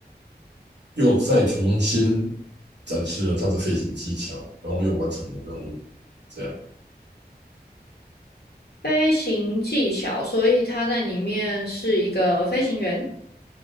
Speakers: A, on the right (about 90°); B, on the left (about 70°).
A: 又再重新展示了他的飞行技巧，然后又完成了任务，这样。
B: 《飞行技巧》，所以他在里面是一个飞行员。